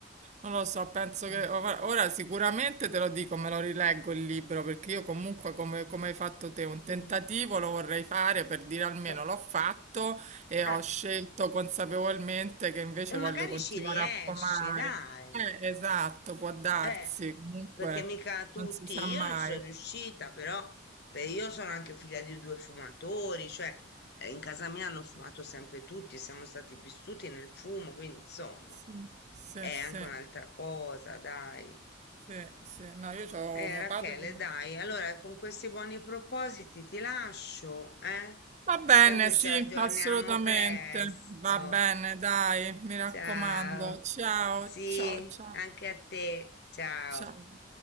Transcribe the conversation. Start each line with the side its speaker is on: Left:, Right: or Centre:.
Right: non lo so, penso che
Left: Mm,
Right: ora ora sicuramente te lo dico, me lo rileggo il libro, perché io comunque come, come hai fatto te, un
Left: mm,
Right: tentativo lo vorrei fare per dire almeno
Left: eh,
Right: l'ho fatto e
Left: eh,
Right: ho scelto consapevolmente che invece
Left: E
Right: voglio
Left: magari
Right: continuare
Left: ci riesci,
Right: a fumare.
Left: dai.
Right: Eh, esatto, può darsi,
Left: Eh.
Right: comunque
Left: perché mica tutti,
Right: non si sa mai.
Left: io non ci sono riuscita, però per- io sono anche figlia di due fumatori, cioè eh, in casa mia hanno fumato sempre tutti, siamo stati vissuti nel fumo, quindi insomma
Right: Sì, sì,
Left: è
Right: sì,
Left: anche un'altra cosa, dai.
Right: sì, sì. No, io ho
Left: Eh,
Right: mio
Left: Rachele,
Right: padre. che
Left: dai, allora con questi buoni propositi ti lascio, eh?
Right: Va bene,
Left: Tanto
Right: sì,
Left: ci aggiorniamo
Right: assolutamente.
Left: presto.
Right: Va bene, dai, mi raccomando.
Left: Ciao.
Right: Ciao,
Left: Sì,
Right: ciao, ciao,
Left: anche a te. Ciao.
Right: ciao.